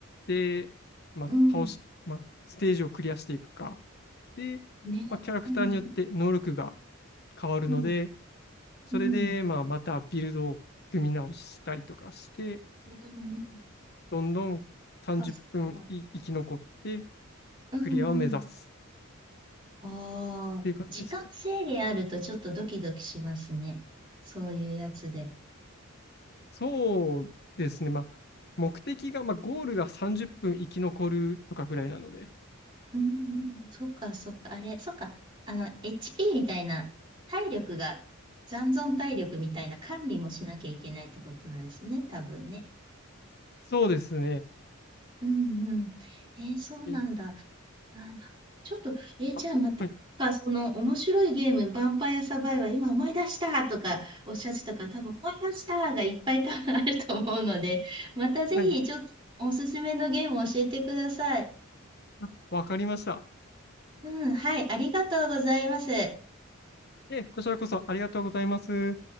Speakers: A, on the left (about 50°); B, on the right (about 25°).
A: て、まあ、
B: うん
A: 倒し、まあ、ステージをクリアしていくか。で、
B: ね、
A: まあ、キャラクターによって能力が
B: うん、
A: 変わるので、
B: うん、
A: それで、
B: うん、
A: まあ、またビルドを組み直したりとかして、
B: うん、うんうん
A: どんどん30分い生き残って
B: あ、そっか。うん、
A: クリアを目指す
B: うん。あ
A: っていう感じですね。
B: あ、時間制限あるとちょっとドキドキしますね。そういうやつで。
A: そうですね。まあ、目的が、まあ、ゴールが30分生き残るとかぐらいなので。
B: うんうんそっか、そっか、あれ、そっか、あの、HP みたいな、体力が、残存体力みたいな管理もしなきゃいけないってことなんですね、多分ね。
A: そうですね。
B: うんうん。えーそうなんだ。
A: い
B: はいちょっと、えーじゃあまた、
A: あ、はい。
B: なんかその面白いゲーム、ヴァンパイアサバイバー、今思い出したとかおっしゃってたから、多分思い出したがいっぱい多分あると思うので、またぜひちょっとおすすめのゲームを教えてください。
A: はい。あわかりました。
B: うん、はい、ありがとうございます。
A: え、こちらこそありがとうございます。